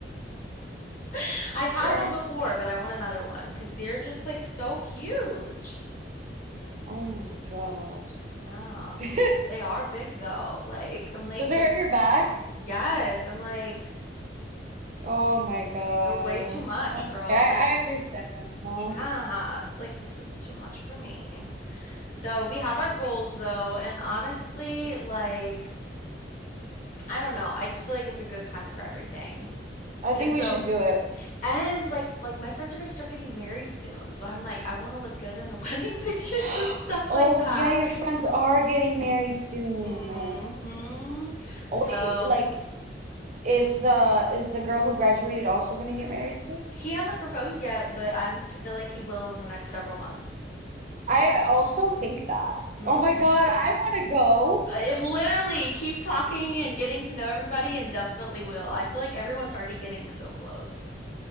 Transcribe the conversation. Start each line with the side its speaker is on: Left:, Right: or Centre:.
Left: <laughs> I've had
Right: Girl.
Left: one before, but I want another one because they're just like so huge.
Right: Oh my God.
Left: Yeah,
Right: <laughs> Does
Left: they're- they are big though. Like, I'm like,
Right: it hurt
Left: this,
Right: your back?
Left: yes, I'm like,
Right: Oh my God.
Left: they're way too much,
Right: Okay,
Left: girl.
Right: I,
Left: They're too,
Right: I understand, you know.
Left: yeah, it's like, this is too much for me. So, we have our goals though, and honestly, like, I don't know, I just feel like it's a good time for everything.
Right: I
Left: And
Right: think
Left: so,
Right: we should do it.
Left: And, like like, my friends are gonna start getting married soon, so I'm like, I wanna look good in the <laughs> wedding pictures
Right: <gasps>
Left: and stuff
Right: Oh
Left: like that.
Right: yeah, your friends are getting married soon.
Left: Mhm.
Right: Uh,
Left: So,
Right: oh wait, like is uh is the girl who graduated also gonna get married soon?
Left: he hasn't proposed yet, but I'm I feel like he will in the next several months.
Right: I also think that.
Left: mm
Right: Oh my
Left: Mhm.
Right: God, I wanna go.
Left: it literally, keep talking and getting to know everybody and definitely will. I feel like everyone's already getting so close.